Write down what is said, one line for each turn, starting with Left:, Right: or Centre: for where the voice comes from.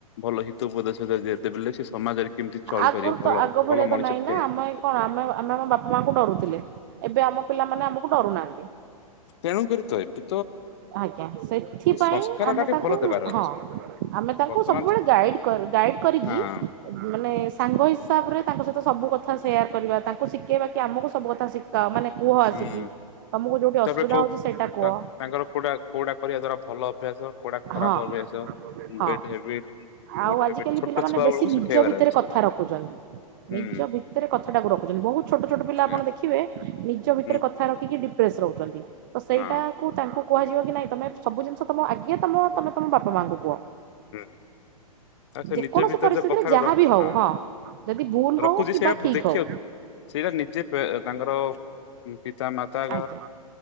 Left: ଭଲ ହିତ ଉପଦେଶ ଦି ଦେଲେ ସେ ସମାଜରେ କେମିତି ଚଳିପାରିବ
Right: ଆଗରୁ ତ
Left: ଭଲରେ
Right: ଆଗ ଭଳିଆ
Left: ଭଲ
Right: ତ
Left: ମଣିଷ
Right: ନାଇଁ
Left: ଟିଏ
Right: ନା
Left: ହେ
Right: ଆମେ କଣ ଆମେ ଆମେ ଆମ ବାପା ମାଆଙ୍କୁ ଡରୁଥିଲେ ଏବେ ଆମ ପିଲାମାନେ ଆମକୁ ଡରୁନାହାନ୍ତି।
Left: ତେଣୁ କରିିତ ଏତେ
Right: ଆଜ୍ଞା ସେଥିପାଇଁ
Left: ସଂସ୍କାର
Right: ଆମେ
Left: ଟା ଟିକେ
Right: ତାଙ୍କୁ
Left: ଭଲ ଦେବାର ଅଛି
Right: ହଁ ଆମେ ତାଙ୍କୁ
Left: ବର୍ତ୍ତମାନ
Right: ସବୁବେଳେ ଗାଇଡ ଗାଇଡ଼ କରିକି
Left: ହଁ
Right: ମାନେ ସାଙ୍ଗ ହିସାବରେ ତାଙ୍କ ସହିତ ସବୁ କଥା ସେୟାର କରିବା ତାଙ୍କୁ ଶିଖେଇବା କି ଆମକୁ ସବୁ କଥା ଶିଖ ମାନେ କୁହ ଆସିକି
Left: ହୁଁ
Right: ତମକୁ ଯୋଉଠି
Left: ତାପରେ
Right: ଅସୁବିଧା
Left: କୋଉ
Right: ହଉଛି ସେଇଟା କୁହ।
Left: ତା ତାଙ୍କର କୋଉଟା କୋଉଟା କରିବା ଦ୍ଵାରା ଭଲ ଅଭ୍ୟାସ, କୋଉଟା ଖରାପ
Right: ହଁ
Left: ଅଭ୍ୟାସ।
Right: ହଁ
Left: ଗୁଡ୍
Right: ଆଉ
Left: ହବିଟ
Right: ଆଜିକାଲି
Left: ଛୋଟ
Right: ପିଲାମାନେ
Left: ଛୁଆ
Right: ବେଶୀ
Left: ବେଳକୁ
Right: ନିଜ
Left: ଶିଖେଇବାର
Right: ଭିତରେ
Left: ଅଛି
Right: କଥା ରଖୁଛନ୍ତି।
Left: ହୁଁ
Right: ନିଜ ଭିତରେ କଥାଟାକୁ ରଖୁଛନ୍ତି ବହୁତ ଛୋଟ ଛୋଟ ପିଲା
Left: ଆଜ୍ଞା
Right: ଆପଣ ଦେଖିବେ ନିଜ ଭିତରେ
Left: ହୁଁ
Right: କଥା ରଖିକି ଡିପ୍ରେସ ରହୁଛନ୍ତି ତ ସେଇଟାକୁ
Left: ହଁ
Right: ତାଙ୍କୁ କୁହାଯିବ କି ନାଇଁ ତମେ ସବୁିଜିନଷ ତମ ଆଗେ ତମ ତମେ ତମ ବାପା ମାଆଙ୍କୁ କୁହ।
Left: ହୁଁ। ଆ ସେ
Right: ଯେକୌଣସି
Left: ନିଜ ଭିତରେ
Right: ପରିସ୍ଥିତିରେ
Left: ଯୋଉ କଥା
Right: ଯାହା
Left: ର
Right: ବି ହଉ
Left: ହଁ
Right: ଯଦି ଭୁଲ ହଉ
Left: ରଖୁଛି।
Right: କିମ୍ବା
Left: ସେଇଆ
Right: ଠିକ
Left: ଦେଖିବା।
Right: ହଉ
Left: ସେଇଟା ନିଜେ ତାଙ୍କର ପିତା ମାତା
Right: ଆଜ୍ଞା